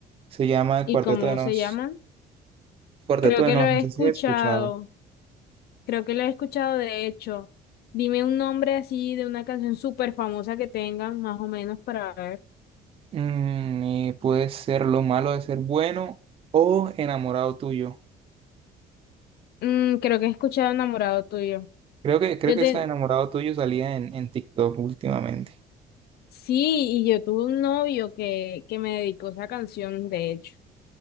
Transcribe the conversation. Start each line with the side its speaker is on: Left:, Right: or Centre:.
Right: Se llama
Left: y
Right: Cuarteto
Left: cómo
Right: de Nos.
Left: se llaman?
Right: Cuarteto
Left: Creo
Right: de
Left: que
Right: Nos,
Left: lo he
Right: no sé
Left: escuchado.
Right: si has escuchado.
Left: Creo que lo he escuchado de hecho. Dime un nombre así de una canción súper famosa que tengan, más o menos, para ver.
Right: Mm, y puede ser lo malo de ser bueno o enamorado tuyo.
Left: Mm, creo que he escuchado Enamorado tuyo.
Right: Creo que, creo
Left: Yo
Right: que
Left: te...
Right: esa de enamorado tuyo salía en, en TikTok últimamente.
Left: Sí, y yo tuve un novio que, que me dedicó esa canción, de hecho.